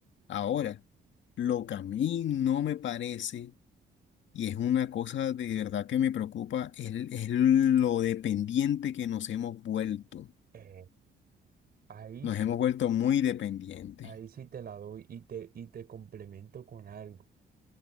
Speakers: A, on the left (about 70°); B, on the right (about 50°).
A: Ahora, lo que a mí no me parece y es una cosa de verdad que me preocupa, es, es lo dependiente que nos hemos vuelto.
B: Eh, ahí
A: Nos
B: sí,
A: hemos vuelto muy dependientes.
B: ahí sí te la doy y te, y te complemento con algo.